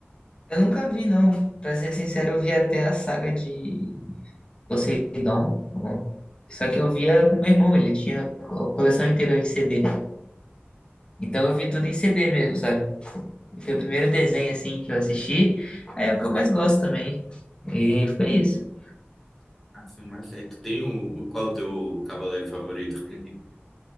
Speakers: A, on the left; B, in the centre.
A: eu nunca vi, não. Pra ser sincero, eu vi até a saga de Poseidon. algum- Só que eu via com meu irmão, ele tinha a co- coleção inteira em CD. Então eu vi tudo em CD mesmo, sabe? E Foi o primeiro desenho, assim, que eu assisti. Aí é o que eu mais gosto também. E foi isso.
B: Massa, massa. E tu tem o, qual é o teu cavaleiro favorito? <laughs>